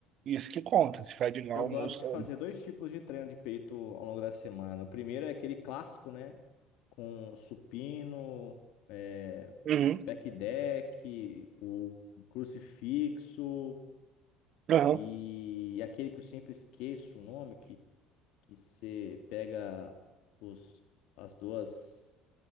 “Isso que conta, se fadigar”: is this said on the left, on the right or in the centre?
Right